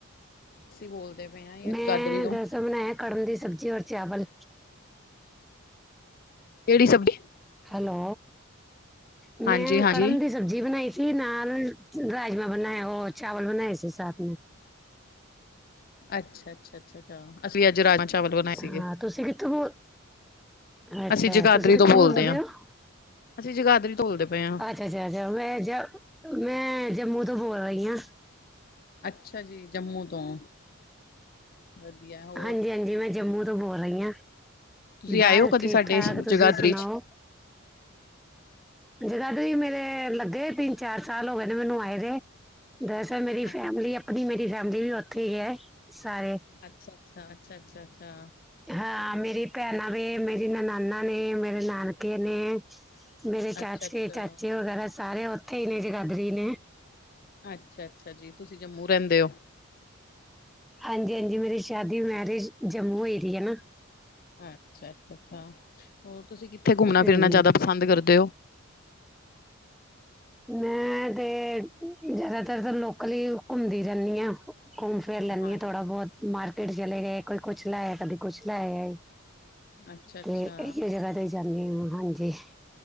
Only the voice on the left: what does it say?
ਅਸੀਂ ਬੋਲਦੇ ਪਏ ਹਾਂ ਯਗਾਦਰੀ
ਤੋਂ।
ਕੇਹੜੀ ਸਬਜ਼ੀ?
ਹਾਂਜੀ ਹਾਂਜੀ।
ਅੱਛਾ, ਅੱਛਾ, ਅੱਛਾ, ਅਛਾ, ਅਸੀਂ ਅੱਜ ਰਾਜਮਾ ਚਾਵਲ ਬਣਾਏ ਸੀਗੇ।
ਅਸੀਂ ਜਗਾਦਰੀ
ਤੋਂ ਬੋਲਦੇ ਹਾਂ,
ਅਸੀਂ ਜਗਾਦਰੀ ਬੋਲਦੇ ਪਏ ਹਾਂ।
ਅੱਛਾ ਜੀ, ਜੰਮੂ ਤੋਂ? ਵਧੀਆ, ਹੋਰ
ਤੁਸੀਂ
ਆਏ ਹੋ ਕਦੀ
ਸਾਡੇ
ਜਗਾਦਰੀ
ਚ?
ਅੱਛਾ
ਅੱਛਾ, ਅੱਛਾ, ਅੱਛਾ, ਅੱਛਾ, ਅੱਛਾ।
ਅੱਛਾ ਅੱਛਾ।
ਅੱਛਾ-ਅੱਛਾ ਜੀ, ਤੁਸੀਂ ਜੰਮੂ ਰਹਿੰਦੇ ਹੋ?
ਅੱਛਾ-ਅੱਛਾ-ਅੱਛਾ ਹੋਰ ਤੁਸੀਂ ਕਿੱਥੇ ਘੁੰਮਣਾ
ਫਿਰਨਾ ਜਾਦਾ ਪਸੰਦ ਕਰਦੇ ਔ?
ਹਾਂ
ਅੱਛਾ-ਅੱਛਾ